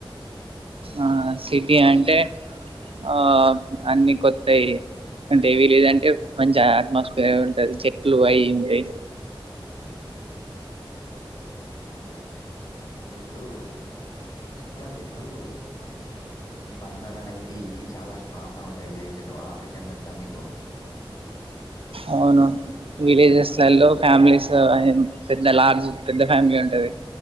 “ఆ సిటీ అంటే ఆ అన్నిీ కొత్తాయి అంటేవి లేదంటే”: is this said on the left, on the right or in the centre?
Right